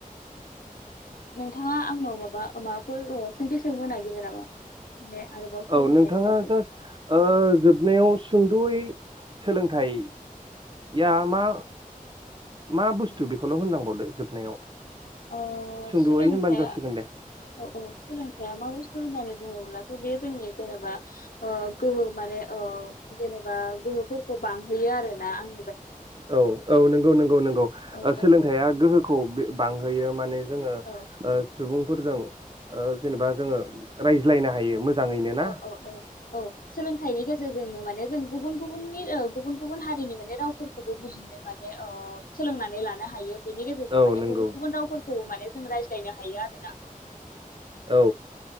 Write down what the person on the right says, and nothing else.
औ नोंथाङा
जास्ट ओ जोबनायाव सुंद'यै सोलोंथाइ या मा मा बुस्थु बेखौल' होनलांबावदो जोबनायाव
सुंद'यै
होनबानो जासिगोन दे
औ औ नंगौ नंगौ नंगौ
सोलोंथाइआ
गोहोखौ बांहोयो माने जोङो ओ
सुबुं सुबुंफोजों ओ जेनेबा जोंङो रायज्लायनो हायो। मोजाङैनो ना
औ
नंगौ
औ